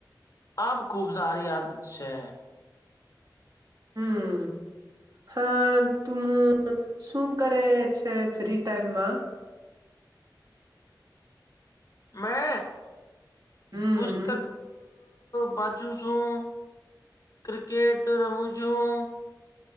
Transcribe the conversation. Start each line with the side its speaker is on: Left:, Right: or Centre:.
Left: આ ખુબ સારી આદત છે.
Right: હમ હા તું શું કરે છે ફ્રી ટાઈમમાં?
Left: મે
Right: હમ
Left: પુસ્તક વાંચું છું ક્રિકેટ રમું છું.